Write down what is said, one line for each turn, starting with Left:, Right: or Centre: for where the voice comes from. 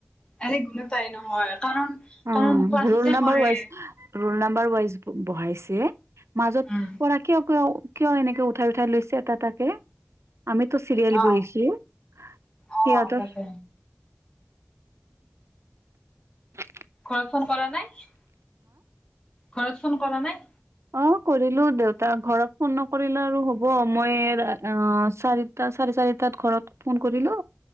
Left: আৰে গমে পাই নহয় কাৰণ
Right: অ
Left: কাৰণ ক্লাছতে
Right: ৰোল নাম্বাৰ
Left: কৰে।
Right: ৱাইজ ৰোল নাম্বাৰ ৱাইজ বহাইছে। মাজত
Left: উম।
Right: পৰা কিয় কিয় কিয় এনেকে উঠাই উঠাই লৈছে এটা এটাকে আমিতো চিৰিয়েলি
Left: অ
Right: বহিছো
Left: অ
Right: সিহতক
Left: তাকে
Right: <unintelligible>
Left: ঘৰত ফোন কৰা নাই। ঘৰত ফোন কৰা নাই
Right: অ কৰিলো দেউতা ঘৰত ফোন নকৰিলে আৰু হব মই অ চাৰিটা চাৰি চাৰিতাত ঘৰত ফোন কৰিলো